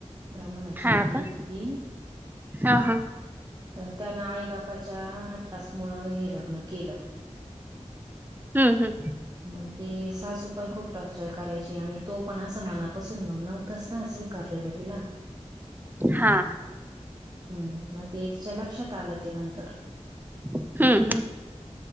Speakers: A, on the right (about 35°); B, on the right (about 15°).
A: ब्राह्मणाची
B: हा
A: मुलगी
B: का
A: होती ती
B: हा हा
A: तर. त्यान आई बापाच्या हट्टस् मुळ हे लग्न केलं.
B: हम्म हम्म
A: मग ती सासू पण खूप टॉर्चर करायची आणि तो पण असं मनापासून मग नव्हतच ना. स्वीकार तिला्
B: हा
A: मग ते तिच्याला. आलं ते नंतर.
B: हम्म हम्म